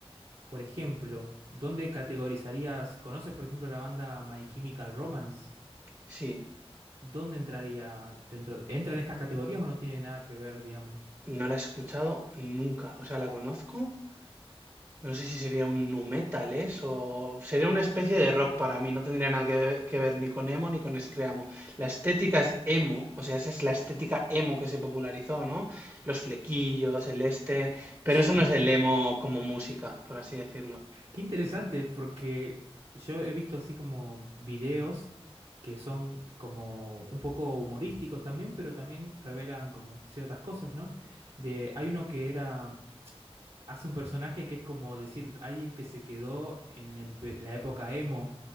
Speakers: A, on the right; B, on the right.
A: Por ejemplo, ¿dónde categorizarías? ¿Conoces, por ejemplo, la banda My Chemical Romance?
B: Sí,
A: ¿Dónde entraría dentro? ¿Entra en estas categorías o no tiene nada que ver, digamos?
B: no la he escuchado nunca, o sea, la conozco. No sé si sería un nu metal eso, sería una especie de rock para mí, no tendría nada que, que ver ni con emo ni con screamo. La estética es emo, o sea, esa es la estética emo que se popularizó, ¿no? Los flequillos, el este, pero
A: Sí,
B: eso no es el emo como música, por así decirlo.
A: qué interesante, porque yo he visto así como videos que son como un poco humorísticos también, pero también revelan como ciertas cosas, ¿no? De, hay uno que era hace un personaje que es como decir alguien que se quedó en el pe- la época emo,